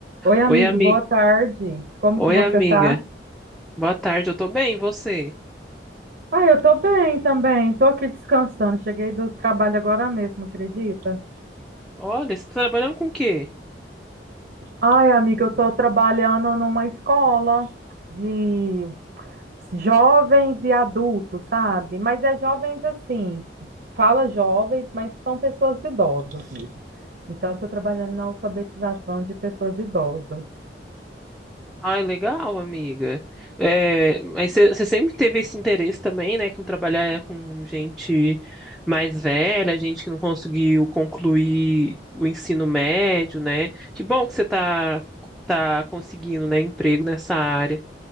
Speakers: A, on the right (about 60°); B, in the centre.
A: Oi, amigo,
B: Oi, amiga.
A: boa tarde. Como
B: Oi,
A: que você
B: amiga.
A: tá?
B: Boa tarde, eu tô bem, e você?
A: Ah, eu tô bem também. Tô aqui descansando. Cheguei do trabalho agora mesmo, acredita?
B: Olha, você tá trabalhando com o quê?
A: Ai, amiga, eu tô trabalhando numa escola de jovens e adultos, sabe? Mas é jovens assim, fala jovens, mas são pessoas idosas mesmo. Então, eu tô trabalhando na alfabetização de pessoas idosas.
B: Ai, legal, amiga. É, mas você você sempre teve esse interesse também, né, com trabalhar é, com gente mais velha, gente que não conseguiu concluir o ensino médio, né? Que bom que você tá, tá conseguindo, né, emprego nessa área.